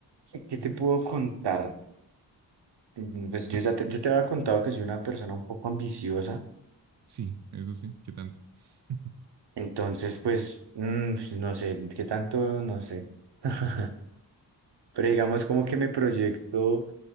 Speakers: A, on the right (about 70°); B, on the right (about 45°).
A: qué
B: Ujú.
A: te puedo contar? Mm, Pues yo ya te, yo te había contado que soy una persona un poco ambiciosa,
B: Sí, eso sí, ¿qué tanto? <laughs>
A: entonces pues mm, pues, no sé, qué tanto, no sé. <laughs> Pero digamos como que me proyecto,